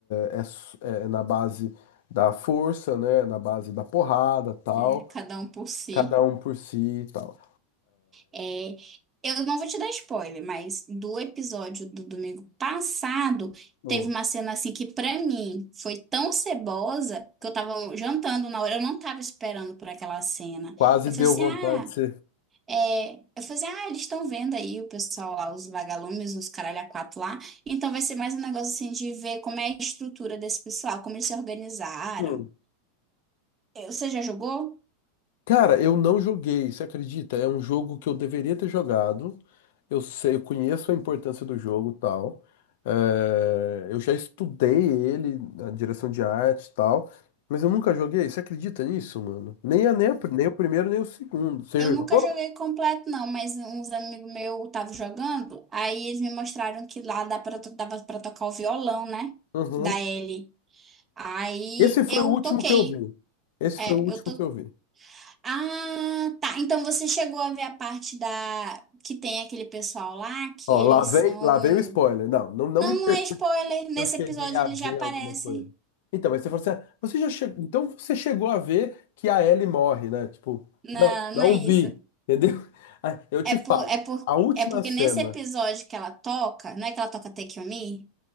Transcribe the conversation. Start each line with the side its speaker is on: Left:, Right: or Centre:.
Left: é, é s- é na base da força, né? Na base da porrada, tal.
Right: É, cada um por si.
Left: Cada um por si e tal.
Right: É, eu não vou te dar spoiler, mas do episódio do domingo passado,
Left: Pô,
Right: teve uma cena assim que pra mim foi tão cebosa que eu tava jantando na hora, eu não tava esperando por aquela cena.
Left: Quase
Right: Eu
Left: deu
Right: falei assim,
Left: vontade
Right: ah,
Left: de ser.
Right: é... eu falei assim, ah, eles estão vendo aí o pessoal lá, os vagalumes, os caralho a quatro lá, então vai ser mais um negócio assim de ver como é a estrutura desse pessoal, como eles se organizaram.
Left: hum,
Right: Eh, Você já jogou?
Left: Cara, eu não joguei, você acredita? É um jogo que eu deveria ter jogado. Eu sei, eu conheço a importância do jogo, e tal. É, eu já estudei ele, a direção de arte, e tal, mas eu nunca joguei. Você acredita nisso, mano? Nem a, nem a- nem o primeiro nem o segundo. Você
Right: Eu
Left: já
Right: nunca
Left: jogou?
Right: joguei completo, não, mas uns amigos meus estavam jogando, aí eles me mostraram que lá dá pra, to- dava pra tocar o violão, né?
Left: Uhum.
Right: Da Ellie. Aí
Left: Esse foi
Right: eu
Left: o último
Right: toquei.
Left: que eu vi. Esse
Right: É,
Left: foi o último
Right: eu tô.
Left: que eu vi.
Right: Ah, tá. Então você chegou a ver a parte da. Que tem aquele pessoal lá que
Left: Ó,
Right: eles
Left: lá vem,
Right: são.
Left: lá vem o spoiler. Não, não, não
Right: Não,
Left: me
Right: não é spoiler. Nesse
Left: Eu cheguei
Right: episódio
Left: a
Right: eles
Left: ver
Right: já aparecem.
Left: alguma coisa. Então, mas você falou assim, ah, você já chegou, então você chegou a ver que a Ellie morre, né? Tipo,
Right: Não,
Left: não, não
Right: não é isso.
Left: vi, <laughs> entendeu? Ah, Eu te
Right: É, por,
Left: falo,
Right: é, por,
Left: a última
Right: é porque
Left: cena.
Right: nesse episódio que ela toca. Não é que ela toca Take On Me?